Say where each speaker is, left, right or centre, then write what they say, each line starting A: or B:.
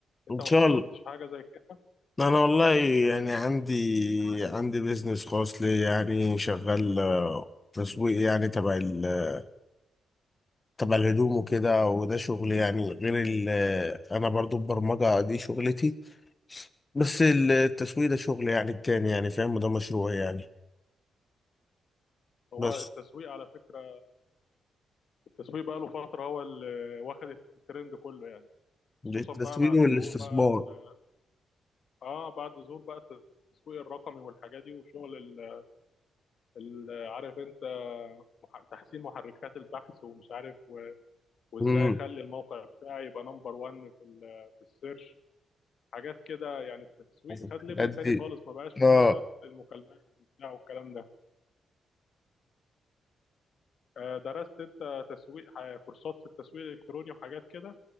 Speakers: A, on the left; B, on the left.
A: أنت
B: ان شاء
A: ما فكرتش
B: الله
A: في حاجة زي كده
B: انا والله يعني عندي عندي بيزنس خاص لي يعني شغال آه، تسويق يعني تبع ال- تبع الهدوم وكده وده شغل يعني غير ال آه، انا برضو البرمجة دي شغلتي بس التسويق ده شغل يعني التاني يعني فاهم وده مشروع يعني
A: هو
B: بس
A: التسويق على فكرة التسويق بقى له فترة هو اللي واخد الترند كله يعني خصوصا
B: التسويق
A: بقى بعد
B: والاستثمار
A: ظهور بقى ال... آه بعد ظهور بقى التسويق الرقمي والحاجات دي وشغل ال... ال... عارف أنت مح... تحسين محركات البحث ومش عارف وازاي
B: امم
A: اخلي الموقع بتاعي يبقى نمبر 1 في ال في السيرش حاجات كده يعني التسويق خد
B: الحاجات
A: ليفل تاني
B: دي
A: خالص ما بقاش مجرد
B: اه
A: المكالمات وبتاع والكلام ده آه، درست انت تسويق ح- كورسات في التسويق الالكتروني وحاجات كده